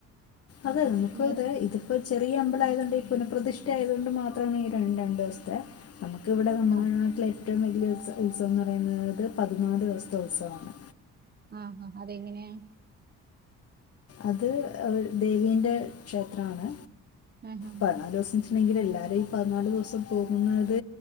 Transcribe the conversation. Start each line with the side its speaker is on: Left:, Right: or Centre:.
Left: അതെ നമുക്ക്
Right: ഇങ്ങനെ
Left: അത് ഇത് ഇപ്പൊ ചെറിയ അമ്പലായതു കണ്ട് ഈ പുനപ്രതിഷ്ഠ ആയതുകൊണ്ട് മാത്രമേ ഈ ര രണ്ട് ദിവസത്തെ നമുക്കിവിടെ നമ്മുടെ
Right: ആഹ്
Left: നാട്ടിലെ ഏറ്റവും വലിയ ഉത്സ ഉത്സവം ന്ന് പറയുന്നത് പതിനാല് ദിവസത്തെ ഉത്സവമാണ്
Right: ആഹ് ഹാ അതെങ്ങനെയാ?
Left: അത് അവിട് ദേവീ്ൻ്റെ ക്ഷേത്രാണ്
Right: ആഹ് ആഹ്
Left: പതിനാല് ദിവസം വെച്ചിട്ടുണ്ടെങ്കില് എല്ലാരും ഈ പതിനാല് ദിവസം പോകുന്നത്